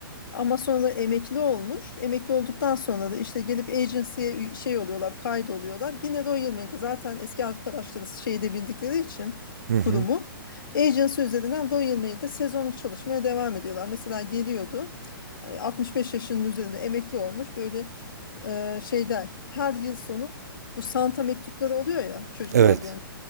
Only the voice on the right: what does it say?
Hı
hı.
Evet.